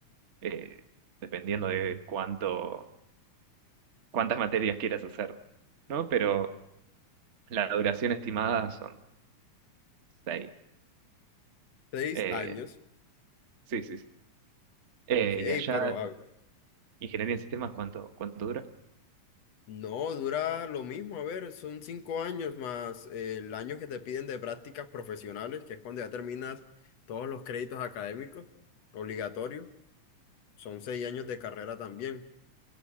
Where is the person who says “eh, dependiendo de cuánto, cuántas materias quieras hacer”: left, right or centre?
Right